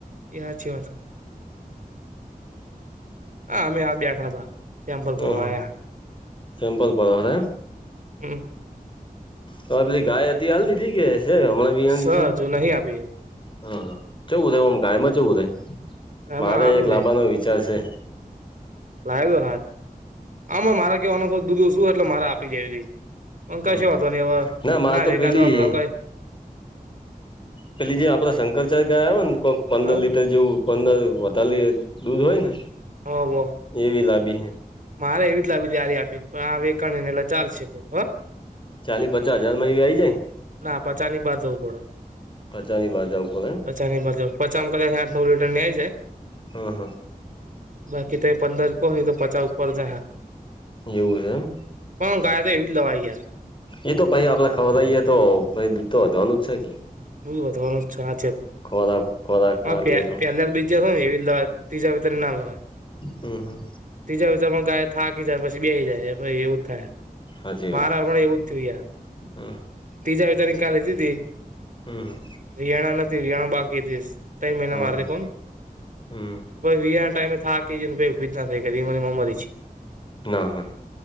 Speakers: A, on the right (about 60°); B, on the left (about 35°).
A: એ હાચી વાત આ અમે આ બેઠા બાર. ટેમ્પલ ભરવા
B: હા હા
A: આયા
B: સિમ્પલપડે હે એમ.
A: હમ.
B: હ આપણી ગાય હતી એ આલ દીધી કે છે હમણાં વિયાણી
A: સ
B: તી
A: હજુ નહીં આપી
B: હ ચેવુ રે આમ ગાયમાં ચેવું રે
A: એમાં
B: મારે
A: સારું
B: એક લાંબાનો
A: રે
B: વિચાર છે.
A: લાયો તો હાર આમાં મારે કેવાનો દૂધો ઓશું એટલે મારે આપી દેવી. અ
B: હમ
A: કશું
B: હમ.
A: વાઘો નહી હવે
B: મારે
A: ના
B: તો
A: એકાદો
B: પેલી
A: આપણે તો કોઈ
B: પેલી જે આપણા શંકરચાર્ય ગાય આવે ને કોઈક પંદર
A: હ
B: લીટર જેવું પંદર વધાલી દૂધ હોય ને.
A: હા વ.
B: એવી લાભી હૈ.
A: મારે એવી જ લાવી છે આપીને <inaudible> પણ આ વેકાણ ને એલા ચાલશે હ
B: ચાલીસ પચાસ હજાર માં એવી આઈ જાય ને.
A: ના પચાની બહાર જવું
B: પચા ની બાઘા ઉપર એમ.
A: પચા ની મતલબ પચામાં કદાચ આઠ નવ લીટર આઈ જાય.
B: હા હા.
A: બાકી તમે પંદર કો હોય તો પચા ઉપર જાય હા.
B: એવું છે એમ.
A: પણ ગાય તો એવી જ લવાઈ યાર.
B: એ તો ભઇ આપડે ખવરઈએ તો ભઇ દૂધતો વધવાનું જ છે કી.
A: હમમ વધવાનું છે સાચી વાત.
B: ખોરાક ખોરાક ખાલીએ
A: હા
B: તો
A: પેલા બીજી હવી એવી જ લવાય તીજે હવેટી ના લવાય.
B: હમમ હમમ.
A: ત્રીજા વિચારમાં ગાય થાકી જાય પછી બેહી જાય પછી એવું થાય.
B: હાચી
A: મારે
B: વાત હે
A: હમણાં એવું જ થયું યાર
B: હા.
A: ત્રીજા વિચારની કાલે દીધી
B: હમ હમ.
A: રિયાણા નથી રિયાણા બાકી હતી. તઇ મેલા
B: હા
A: મારતે
B: હા
A: કોન
B: હમ
A: પછી વીયા ના ટાઈમે થાકી ગઈ ને પછી ઊભી જ ના થઈ એમાં ને એમાં મરી ગઈ.
B: ના હોય.